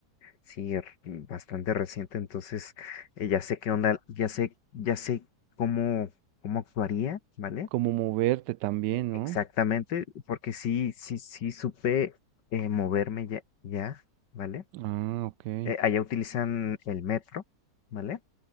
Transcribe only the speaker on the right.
como moverte también,
¿no?
Ah, ok.